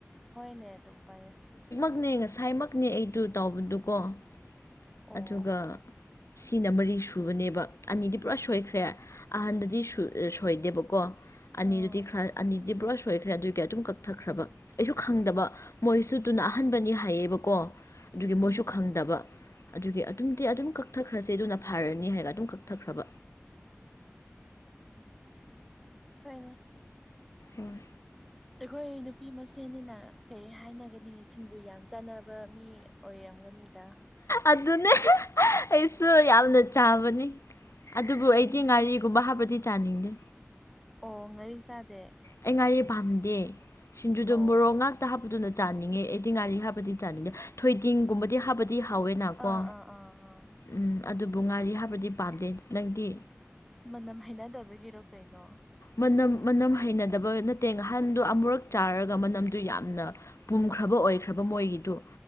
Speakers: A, in the centre; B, on the left (about 75°).
A: ꯍꯣꯏꯅꯦ ꯑꯗꯨꯝ ꯄꯥꯏꯦ
B: ꯛꯅꯦ ꯉꯁꯥꯏꯃꯛꯅꯦ ꯑꯩꯗꯨ ꯇꯥꯎꯕꯗꯨꯀꯣ
A: ꯑꯣ
B: ꯑꯗꯨꯒ ꯁꯤꯅ ꯃꯔꯤ ꯁꯨꯕꯅꯦꯕ ꯑꯅꯤꯗꯤ ꯄꯨꯔꯥ ꯁꯣꯏꯈ꯭ꯔꯦ ꯑꯍꯟꯗꯗꯤ ꯁꯣꯏꯗꯦꯕꯀꯣ ꯑꯅꯤꯗꯨꯗꯤ
A: ꯑꯥ
B: ꯈꯔ ꯑꯅꯤꯗꯨꯗꯤ ꯕꯣꯔꯥ ꯁꯣꯏꯈ꯭ꯔꯦ ꯑꯗꯨꯏ ꯀ ꯑꯗꯨꯝ ꯀꯛꯊꯈ꯭ꯔꯕ ꯑꯩꯁꯨ ꯈꯪꯗꯕ ꯃꯣꯏꯁꯨ ꯇꯨꯅ ꯑꯍꯟꯕꯅꯤ ꯍꯥꯏꯌꯦꯕꯀꯣ ꯑꯗꯨꯒꯤ ꯃꯣꯏꯁꯨ
A: ꯎꯝ
B: ꯈꯪꯗꯕ ꯑꯗꯨꯒꯤ ꯑꯗꯨꯝꯗꯤ ꯑꯗꯨꯝ ꯀꯛꯊꯈ꯭ꯔꯁꯦ ꯑꯗꯨꯅ ꯐꯔꯅꯤ ꯍꯥꯏꯔꯒ ꯑꯗꯨꯝ ꯀꯛꯊꯈ꯭ꯔꯕ
A: ꯎ ꯍꯣꯏꯅꯦ
B: ꯑꯣꯝ
A: ꯑꯩꯈꯣꯏ ꯅꯨꯄꯤ ꯃꯁꯦꯟꯅꯤꯅ ꯀꯩ ꯍꯥꯏꯅꯒꯅꯤ ꯁꯤꯡꯖꯨ ꯌꯥꯝ ꯆꯥꯟꯅꯕ ꯃꯤ ꯑꯣꯏꯔꯕ ꯃꯒꯅꯤꯗ
B: ꯑꯗꯨꯅꯦ ꯑꯩꯁꯨ ꯌꯥꯝꯅ ꯆꯥꯕꯅꯤ ꯑꯗꯨꯕꯨ ꯑꯩꯗꯤ
A: ꯁꯤꯡꯖꯨ
B: ꯉꯥꯔꯤꯒꯨꯝꯕ ꯍꯥꯞꯄꯗꯤ ꯆꯥꯅꯤꯡꯗꯦ
A: ꯑꯣ ꯉꯥꯔꯤ ꯆꯥꯗꯦ
B: ꯑꯩ ꯉꯥꯔꯤꯦ ꯄꯥꯝꯗꯦ ꯁꯤꯡꯖꯨꯗꯣ
A: ꯑꯣ
B: ꯃꯣꯔꯣꯛ ꯉꯥꯛꯇ ꯍꯥꯞꯄꯗꯨ ꯅꯠꯇ ꯆꯥꯅꯤꯡꯉꯦ ꯑꯦꯗꯤ ꯉꯥꯔꯤ ꯍꯥꯏꯕꯗꯤ ꯆꯥꯅꯤꯡꯉꯦ ꯊꯣꯏꯗꯤꯡꯒꯨꯝꯕꯗꯤ ꯍꯥꯏꯕꯗꯤ ꯗꯤ ꯍꯥꯎꯋꯦꯅꯀꯣ
A: ꯑꯥ ꯑꯥ ꯑꯥ ꯑꯥ
B: ꯎꯝ ꯑꯗꯨꯕꯨ ꯉꯥꯔꯤ ꯍꯥꯏꯕꯗꯤ ꯄꯥꯝꯗꯦ ꯅꯪꯗꯤ
A: ꯃꯅꯝ ꯍꯥꯏꯅꯗꯕꯒꯤꯔꯣ ꯀꯩꯅꯣ
B: ꯃꯅꯝ ꯃꯅꯝ ꯍꯩꯅꯗꯕ ꯅꯠꯇꯦ ꯉꯍꯥꯟꯗꯨꯣ ꯑꯃꯨꯔꯛ ꯆꯥꯔꯒ ꯃꯅꯝꯗꯨ ꯌꯥꯝꯅ ꯄꯨꯝꯈ꯭ꯔꯕ ꯑꯣꯏꯈ꯭ꯔꯕ ꯃꯣꯏꯒꯤꯗꯣ